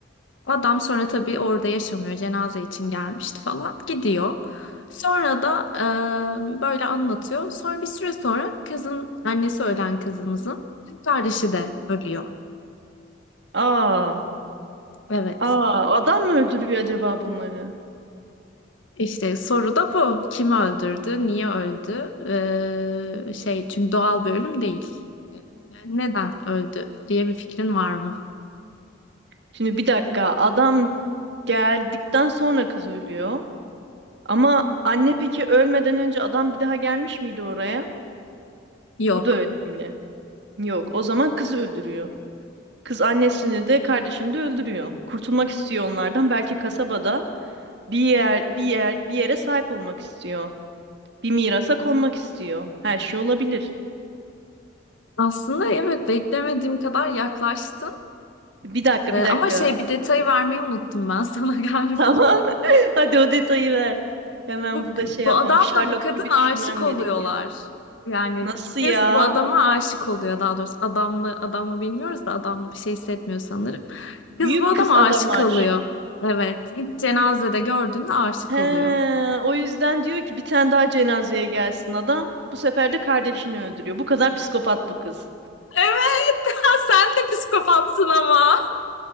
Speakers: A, on the left; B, on the right.
A: adam sonra tabii orada yaşamıyor. Cenaze için gelmişti falan. Gidiyor. Sonra da e, böyle anlatıyor. Sonra bir süre sonra kızın annesi ölen kızımızın kız kardeşi de ölüyor.
B: Aa,
A: Evet.
B: aa, adam mı öldürüyor acaba bunları?
A: İşte soru da bu. Kim öldürdü? Niye öldü? Ee, şey çünkü doğal bir ölüm değil. Neden öldü diye bir fikrin var mı?
B: Şimdi bir dakika. Adam geldikten sonra kız ölüyor. Ama anne peki ölmeden önce adam bir daha gelmiş miydi oraya?
A: Yok.
B: Bu da önemli. Yok, o zaman kız öldürüyor. Kız annesini de kardeşini de öldürüyor. Kurtulmak istiyor onlardan. Belki kasabada bir yer bir yer bir yere sahip olmak istiyor. Bir mirasa konmak istiyor. Her şey olabilir.
A: Aslında evet beklemediğim kadar yaklaştın.
B: Bir dakika,
A: Ee,
B: bir dakika.
A: ama şey bir detayı vermeyi unuttum ben <laughs> sana galiba.
B: <laughs> Tamam. <laughs> Hadi o detayı ver. Hemen
A: Bu,
B: burada şey
A: bu
B: yapmam.
A: adamla
B: Sherlock
A: bu kadın
B: gibi
A: aşık
B: düşünmem
A: oluyorlar.
B: gerekiyor.
A: Yani
B: Nasıl ya?
A: kız bu adama aşık oluyor daha doğrusu. Adamla adamı bilmiyoruz da adam bir şey hissetmiyor sanırım. Kız
B: Büyük
A: bu adama
B: kız adama
A: aşık
B: aşık
A: oluyor.
B: oluyor.
A: Evet. ilk cenazede gördüğünde aşık
B: He,
A: oluyor.
B: o yüzden diyor ki bir tane daha cenazeye gelsin adam. Bu sefer de kardeşini öldürüyor. Bu kadar psikopat bu kız.
A: Evet, sen de psikopatsın ama.